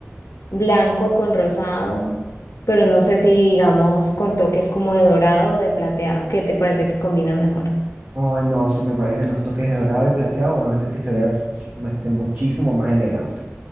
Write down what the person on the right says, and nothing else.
Ay, no, si me parecen los toques de dorado y plateado van a hacer que se vea s- este, muchísimo más elegante.